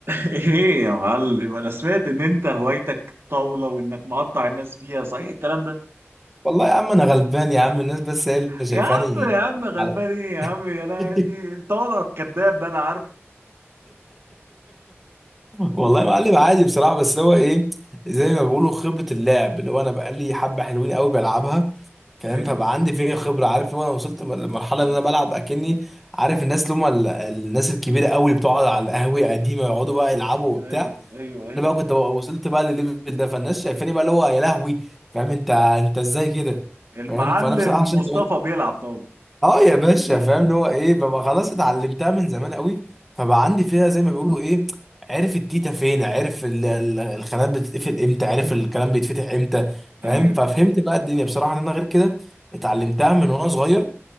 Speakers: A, on the right; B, in the centre.
A: ايه يا معلم انا سمعت ان انت هوايتك طاولة وانك مقطع الناس فيها صحيح الكلام ده
B: والله يا عم انا غلبان يا عم الناس بس هي اللي
A: يا
B: شايفاني
A: عم يا عم غلبان
B: على
A: ايه يا عم انا
B: <laughs>
A: دي الطاولة الكذاب ده انا عارف
B: والله يا معلم عادي بصراحه بس هو ايه زي ما بيقولوا خبره اللعب اللي هو انا بقالي حبه حلوين قوي بلعبها فاهم
A: ايوه
B: فبقى عندي فيها خبره عارف اللي هو انا وصلت لمرحله ان انا بلعب اكني عارف الناس اللي هم ال- الناس الكبيره قوي اللي بتقعد على القهوه قديمه يقعدوا بقى يلعبوا وبتاع
A: ايوه ايوه ايوه
B: انا بقى كنت وصلت بقى للليفل ده فالناس شايفاني بقى اللي هو يا لهوي فاهم انت انت ازاي كده
A: المعلم
B: فاهم فانا بصراحه عشان
A: مصطفى
B: كده
A: بيلعب طاولة
B: اه يا باشا فاهم اللي هو ايه ببقى خلاص اتعلمتها من زمان قوي فبقى عندي فيها زي ما بيقولوا ايه عارف التيتا فين عارف ال- ال- الخانات بتتقفل امتى عارف
A: <clears throat>
B: الكلام بيتفتح امتى
A: ايوه
B: فاهم ففهمت بقى الدنيا بصراحه ان انا غير كده اتعلمتها من وانا صغير